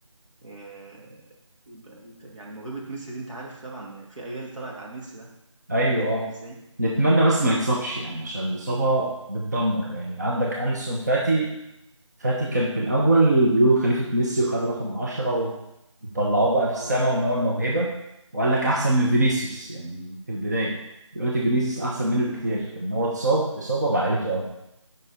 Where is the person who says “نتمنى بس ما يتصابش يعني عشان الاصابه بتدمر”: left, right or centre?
Right